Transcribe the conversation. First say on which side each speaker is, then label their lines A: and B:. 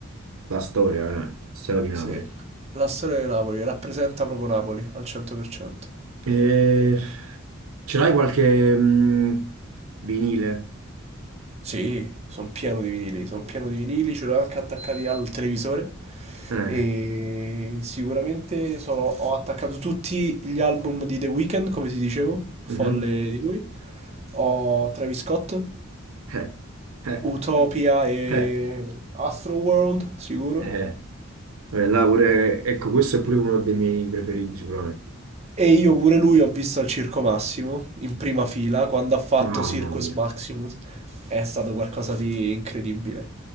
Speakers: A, on the right; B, on the right.
A: la storia, veramente, storia di Napoli.
B: Sì, la storia di Napoli rappresenta proprio Napoli al 100%.
A: Eh, ce l'hai qualche mh, vinile?
B: Sì, sono pieno di vinili, sono pieno di vinili, ce l'ho anche attaccati al televisore
A: Eh,
B: e sicuramente sono- ho attaccato tutti gli album di The Weeknd, come ti dicevo, folle
A: mhm.
B: di lui. Ho Travis Scott,
A: Eh, eh,
B: Utopia e
A: eh,
B: Astroworld, sicuro.
A: eh. Eh, là pure- ecco, questo è pure uno dei miei preferiti sicuramente.
B: E io pure lui ho visto al Circo Massimo, in prima fila, quando ha fatto
A: Mamma
B: Circus
A: mia.
B: Maximus. È stato qualcosa di incredibile.